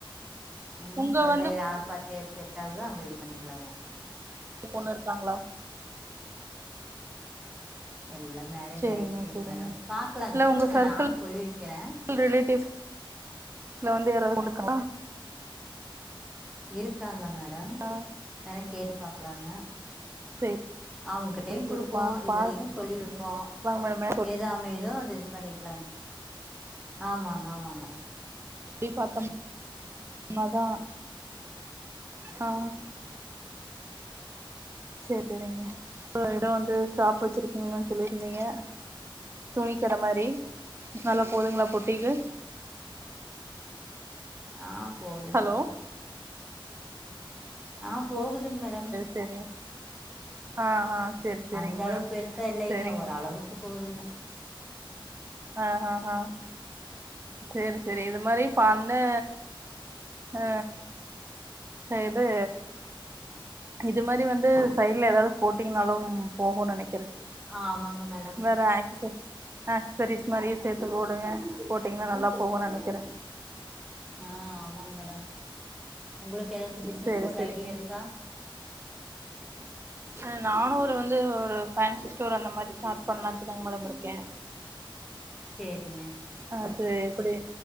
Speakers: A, in the centre; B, on the right (about 30°).
A: ம்
B: உங்க
A: அதுல
B: வந்து
A: யாரு பாத்து செட் ஆகுதோ அங்க இது பண்ணிக்கலாங்க
B: உன் பொண்ணு இருக்காங்ளா
A: எல்லா மேரேஜ்
B: செரிங்க
A: ஆயிடுச்சுங்
B: செரிங்க
A: மேடம் பாக்கலங் குடுங்க
B: உங்க சர்க்கிள்
A: நானு சொல்லி வெக்கிறே
B: ஃபேமிலி ரிலேட்டிவ்ஸ் இல்ல வந்து யாராவது வந்திருக்காங்ளா
A: இருக்காங்க மேடம்
B: அ
A: வேணா கேட்டு பாக்கலாங்க
B: செரி
A: அவுங்கிட்டயும்
B: செரி
A: குடுப்போ
B: செரி பா
A: இதுலயு
B: பாக்கலாங்க
A: சொல்லி வெப்போ
B: மேடம் ஏன்னா
A: எது அமையுதோ அது இது பண்ணிக்கலாங்‌ ஆமாங்க ஆமாங்க
B: எப்டி பாத்தம் சொன்னாதா ஆ சேர் சேரிங்க எவ்ளோ எடோ வந்து ஸ்டாப் வெச்சிருக்கீங்க சொல்லிருந்தீங்க துணிக்கடை மாரி நல்லா போதுங்ளா பொட்டிக்கு
A: ஆ போகுதுங்
B: ஹலோ
A: மேடம் ஆ போகுதுங் மேடம்
B: சேரிங் ஆ ஆ சேரி சேரிங்க
A: அந்த அளவுக்கு
B: மேடம்
A: பெருசா இல்லைங்க
B: சேரிங்க
A: ஒரளவுக்கு போகுதுங்க
B: ஆஹ்ஹா சேரி சேரி இது மாதிரியே பண்ணு ஆ க இது இது மாரி வந்து சைடுல எதாவது போட்டீங்கனாலும் போகுனு நெனை க்கிற
A: ஆமாங்க மேடம்
B: வேற அஆக்சஸரி அ சாரீஸ் மாரியே சேத்து போடுங்க போட்டீங்கனா நல்லா போகுனு நெனைக்கிற
A: ஆ ஆமாங்க மேடம் உங்களுக்கு எதாச்சு பிஸ்னஸ்
B: சேரி
A: போடுற
B: சேரிங்க
A: ஐடியா இருக்கா உஹ
B: ம் நானூ ஒரு வந்து ஒரு பேன்சி ஸ்டோர் அந்த மாரி ஸ்டார்ட் பண்ணலான்ட்டுதாங்க மேடம் இருக்கேன்
A: சேரிங்க
B: அது எப்டி